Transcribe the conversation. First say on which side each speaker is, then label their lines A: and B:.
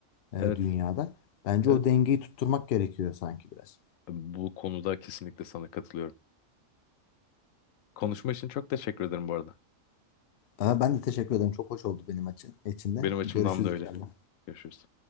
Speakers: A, on the left; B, on the left.
A: e,
B: Evet
A: dünyada. Bence
B: evet
A: o dengeyi
B: evet.
A: tutturmak gerekiyor sanki biraz.
B: Bu konuda kesinlikle sana katılıyorum. Konuşma için çok teşekkür ederim bu arada.
A: Ama ben de teşekkür ederim. Çok hoş oldu benim için. içinde.
B: Benim açımdan
A: Görüşürüz
B: da öyle.
A: inşallah.
B: Görüşürüz.